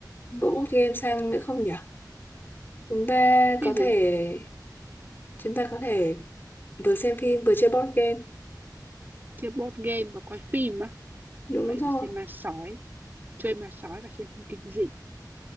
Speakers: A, on the left; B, on the right.
A: bộ board game sang nữa không nhỉ? Chúng ta
B: cái
A: có thể
B: gì
A: chúng ta có thể vừa xem phim vừa chơi board game.
B: chơi board game và coi phim á
A: Đúng
B: vậy
A: rồi.
B: thì xem ma sói chơi ma sói và xem phim kinh dị